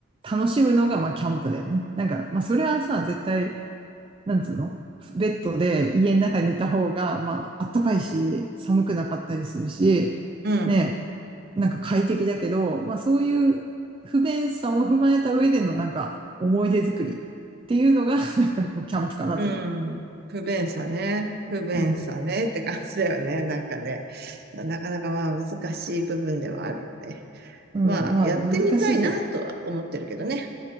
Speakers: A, on the right; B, on the right.
A: 楽しむのがまあキャンプだよね。なんか、まあそれはさ、絶対、なんつうの、ベッドで家の中に寝た方が、まああったかいし、寒くなかったりするし、
B: うん
A: ねなんか快適だけど、まあそういう不便さも踏まえた上でのなんか思い出作りっていうのが <laughs> なんかこうキャンプかなと思う。
B: うん。不便さね。不便さねって感じだよね。
A: うん。
B: なんかね。なかなかまあ難しい部分ではあるよね。
A: うん。
B: まあやってみたいなとは思ってるけどね。
A: まあね、難しいけど。